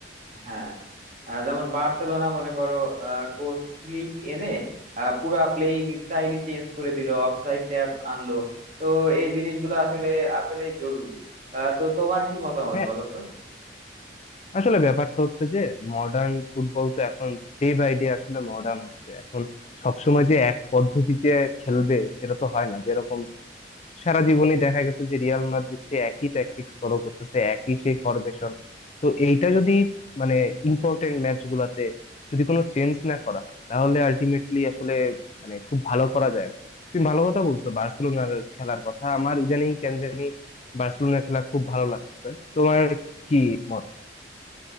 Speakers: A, on the right (about 40°); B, on the left (about 35°).
A: হ্যাঁ আহ, যেমন বার্সেলোনা মনে করো কোচ ফ্লিক এনে আহ, পুরা প্লেইং স্টাইলই চেঞ্জ করে দিল অফসাইড ট্যাপ আনলো তো এই জিনিসগুলো আসলে আসলে জরুরি আহ, তো তোমার কি মতামত
B: হ্যাঁ
A: বলো তো
B: আসলে ব্যাপারটা হচ্ছে যে মডার্ন ফুটবল তো এখন ডে বাই ডে আসলে মডার্ন হচ্ছে এখন সবসময় যে এক পদ্ধতিতে খেলবে সেটা তো হয় না যেরকম সারা জীবনই দেখা গেছে যে রিয়াল মাদ্রিদ সে একই ট্যাকটিক্স ফলো করতেছে একই সেই ফরমেশন তো এইটা যদি মানে ইম্পর্টেন্ট ম্যাচ গুলাতে যদি কোনো চেঞ্জ না করা হয় তাহলে আলটিমেটলি আসলে মানে খুব ভালো করা যায় না তুমি ভালো কথা বলছো বার্সেলোনার খেলার কথা আমার ইদানিং কেন জানি বার্সেলোনার খেলা খুব ভালো লাগতেছে তোমার কি মত